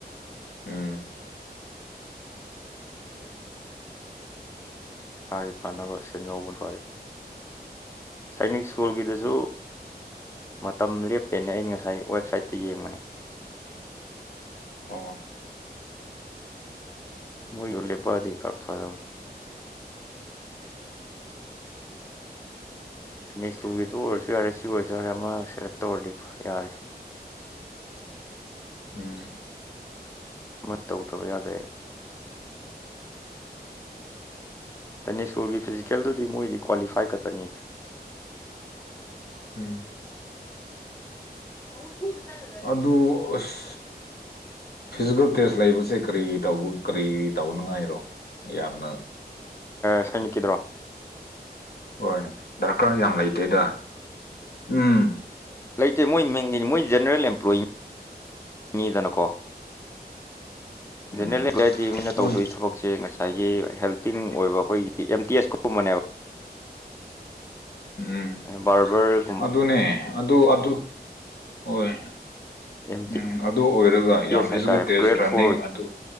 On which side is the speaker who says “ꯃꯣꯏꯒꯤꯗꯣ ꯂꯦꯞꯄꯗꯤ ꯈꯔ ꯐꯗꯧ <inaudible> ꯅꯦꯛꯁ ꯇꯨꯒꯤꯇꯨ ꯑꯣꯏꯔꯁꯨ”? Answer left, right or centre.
Left